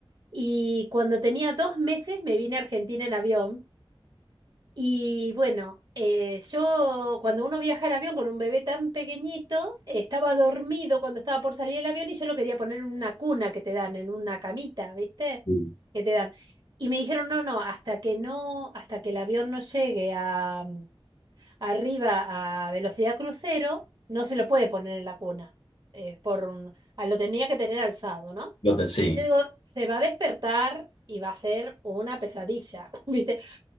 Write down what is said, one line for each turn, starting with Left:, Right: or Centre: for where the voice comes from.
Right: y cuando tenía dos meses me vine a Argentina en avión. Y bueno, eh, yo cuando uno viaja en avión con un bebé tan pequeñito, eh, estaba dormido cuando estaba por salir el avión y yo lo quería poner en una cuna que te dan, en una camita, ¿viste?
Left: Sí,
Right: Que te dan. Y me dijeron, no, no, hasta que no, hasta que el avión no llegue a, mm, arriba a velocidad crucero, no se lo puede poner en la cuna. Eh, por un- ah, lo tenía que tener alzado, ¿no?
Left: Lo que- sí,
Right: Y yo digo, se va a despertar y va a ser una pesadilla, <laughs> ¿viste?